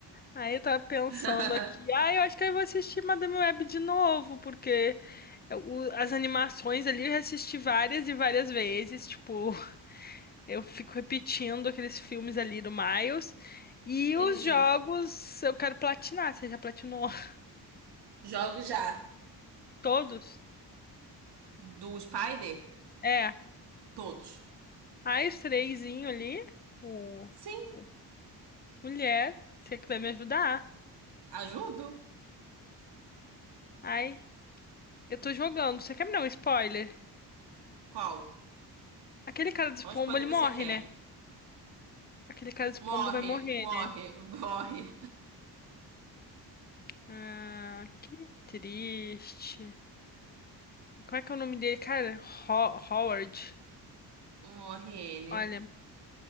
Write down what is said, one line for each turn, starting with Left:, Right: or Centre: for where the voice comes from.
Left: Aí eu tava pensando
Right: <laughs>
Left: aqui, ah, eu acho que eu vou assistir Madame Web de novo, porque o- as animações ali eu já assisti várias e várias vezes, tipo, <laughs> eu fico repetindo aqueles filmes ali do Miles. E
Right: Entendi.
Left: os jogos eu quero platinar, você já platinou <laughs>
Right: Jogo já.
Left: todos?
Right: Do Spider?
Left: É,
Right: Todos.
Left: aí os trêsinho ali, o,
Right: Sim,
Left: o mulher, você que vai me ajudar?
Right: ajudo.
Left: Ai, eu tô jogando, você quer me dar um spoiler?
Right: Qual?
Left: Aquele cara dos
Right: Qual
Left: pombo,
Right: spoiler
Left: ele
Right: você
Left: morre,
Right: quer?
Left: né? Aquele cara dos
Right: Morre,
Left: pombo vai morrer,
Right: morre,
Left: né?
Right: morre.
Left: Ah, que triste. Como é que é o nome dele, cara? Ho- Howard.
Right: Morre ele.
Left: Olha,